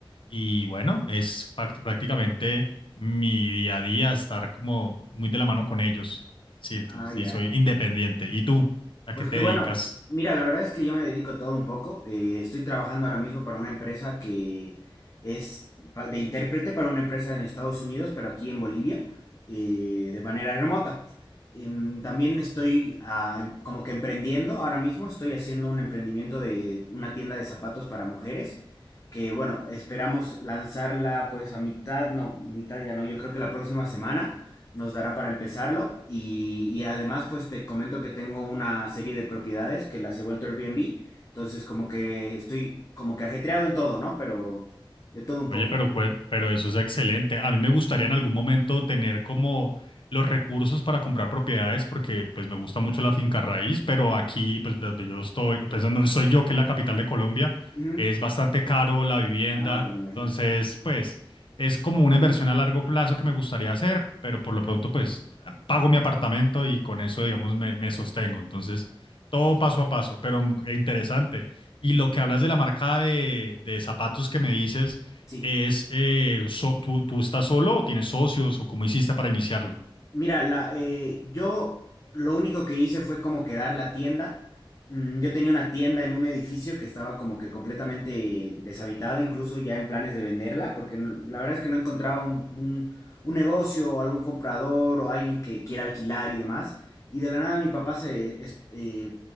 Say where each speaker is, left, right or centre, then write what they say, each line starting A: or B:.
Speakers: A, on the left; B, on the left.
A: y bueno, es pac- prácticamente mi día a día estar como muy de la mano con ellos. Sí, entonces
B: Ah, ya.
A: sí, soy independiente. ¿Y tú? ¿A
B: Pues
A: qué te
B: que
A: dedicas?
B: bueno, mira, la verdad es que yo me dedico a todo un poco. eh, estoy trabajando ahora mismo para una empresa que es pa- de intérprete para una empresa en Estados Unidos, pero aquí en Bolivia, eh, de manera remota. Em, también estoy ah, em- como que emprendiendo ahora mismo. Estoy haciendo un emprendimiento de una tienda de zapatos para mujeres, que bueno, esperamos lanzarla pues a mitad, no, mitad ya no, yo creo que la próxima semana nos dará para empezarlo. Y, y además, pues te comento que tengo una serie de propiedades que las he vuelto Airbnb. Entonces, como que estoy como que ajetreado en todo, ¿no? Pero de todo un poco.
A: Oye, pero, cuál- pero eso es excelente. A mí me gustaría en algún momento tener como los recursos para comprar propiedades porque pues me gusta mucho la finca raíz, pero aquí pues de donde yo estoy, pues donde estoy yo, que es la capital de Colombia,
B: Ujú.
A: es bastante caro la vivienda.
B: Claro, me imagino.
A: Entonces, pues es como una inversión a largo plazo que me gustaría hacer, pero por lo pronto pues pago mi apartamento y con eso digamos me, me sostengo. Entonces, todo paso a paso, pero mm, e interesante. Y lo que hablas de la marca de, de zapatos que me dices
B: Sí.
A: es, eh, so- tú, tú estás solo o tienes socios o cómo hiciste para iniciarla?
B: Mira, la, eh, yo lo único que hice fue como quedar la tienda. Mm, Yo tenía una tienda en un edificio que estaba como que completamente deshabitada, incluso ya en planes de venderla, porque no- la verdad es que no encontraba un, un- un negocio o algún comprador o alguien que quiera alquilar y demás. Y de la nada mi papá se, es- eh,